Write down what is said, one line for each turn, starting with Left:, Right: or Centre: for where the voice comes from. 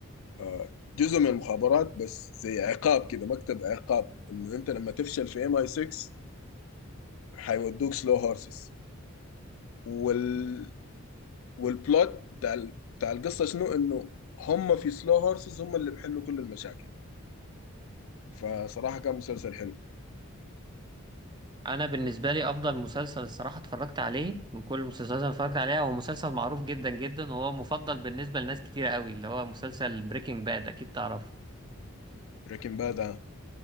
Left: آه، جزء من المخابرات بس زي عقاب كده مكتب عقاب انه انت لما تفشل في ام اي 6 حيودوك سلو هورسز وال... والبلوت بتاع ال... بتاع القصه شنو؟ انه هم في سلو هورسز هم اللي بيحلوا كل المشاكل فصراحه كان مسلسل حلو
Right: انا بالنسبة لي أفضل مسلسل الصراحة اتفرجت عليه من كل المسلسلات اللي أنا اتفرجت عليها هو مسلسل معروف جدا جدا وهو مفضل بالنسبة لناس كتير قوي اللي هو مسلسل بريكنج باد اكيد تعرفه
Left: بريكنج باد